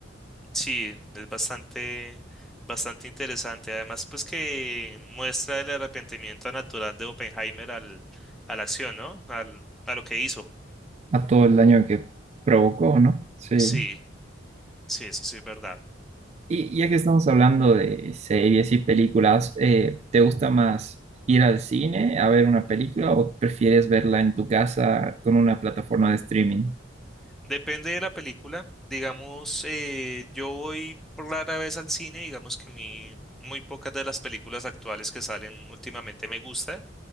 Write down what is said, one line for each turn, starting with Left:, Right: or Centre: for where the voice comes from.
Centre: Sí, es bastante, bastante interesante. Además, pues que muestra el arrepentimiento natural de Oppenheimer al, a la acción, ¿no? Al, a lo que hizo.
Right: a todo el daño que provocó, ¿no? Sí.
Centre: Sí, sí, eso sí es verdad.
Right: Y ya que estamos hablando de series y películas, eh, ¿te gusta más ir al cine a ver una película o prefieres verla en tu casa con una plataforma de streaming?
Centre: Depende de la película. Digamos, eh, yo voy rara vez al cine, digamos que a mí muy pocas de las películas actuales que salen últimamente me gusta.